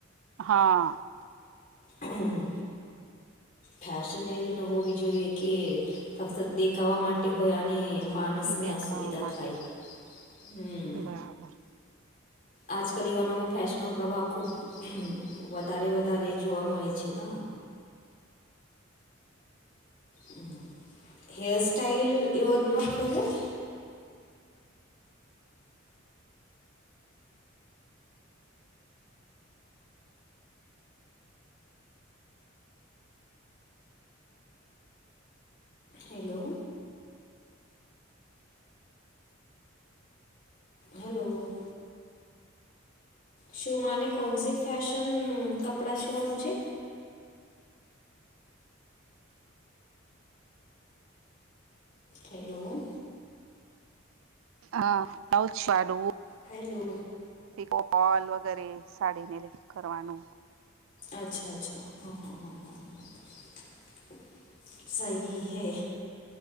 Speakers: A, on the right (about 80°); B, on the left (about 45°).
A: હા
B: હમ હમ ફેશન એવી ન હોવી જોઈએ કે ફક્ત દેખાવા માટે હોય અને માનસને
A: દેખાવા
B: અસુવિધા
A: માટે
B: થાય.
A: છે
B: હમ
A: બરાબર
B: આજકલ યુવાનોમાં ફેશનનો પ્રભાવ ખૂબ વધારે વધારે જોવા મળે છે ન. હમ hairstyle you are not favourite? Hello hello શું માને કોનસી ફેશન કપડાં સીવાનું છે? હેલો
A: હા બહુ જ સારું.
B: હેલો
A: પીકોપલ વગેરે સાડીને કરવાનું.
B: અચ્છા અચ્છા હા હા હા હા હા. સહી હે.